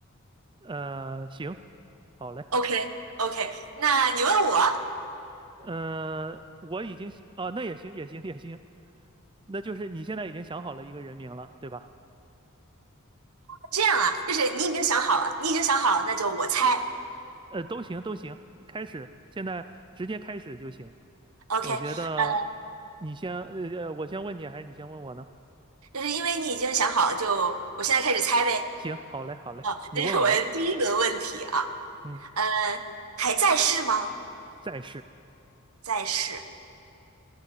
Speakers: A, on the right (about 20°); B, on the right (about 75°).
A: 呃，行，好嘞。
B: OK，OK，那你问我，
A: 嗯、呃我已经啊、哦那也行，也行，也行。那就是你现在已经想好了一个人名了，对吧？
B: 这样啊，就是你已经想好了，你已经想好了，那就我猜。
A: 呃，都行，都行，开始，现在直接开始就行。
B: OK，
A: 我觉得
B: 呃，
A: 你先，呃，呃我先问你，还是你先问我呢？
B: 就是因为你已经想好了，就我现在开始猜呗。
A: 行，好嘞，好嘞，
B: 好，
A: 你问我吧。
B: 这是我的第一轮问题啊。
A: 嗯，
B: 呃，还在世吗？
A: 再是
B: 在世。